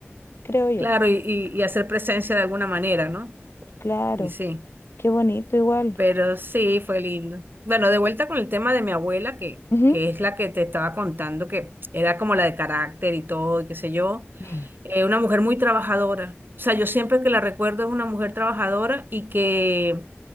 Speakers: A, on the left; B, on the right.
A: creo yo.
B: Claro, y, y, y hacer presencia de alguna manera, ¿no?
A: Claro,
B: Y sí,
A: qué bonito igual.
B: pero sí, fue lindo. Bueno, de vuelta con el tema de mi abuela, que,
A: Ujú.
B: que es la que te estaba contando, que era como la de carácter y todo, y qué sé yo.
A: <laughs>
B: eh, una mujer muy trabajadora. O sea, yo siempre que la recuerdo es una mujer trabajadora y que,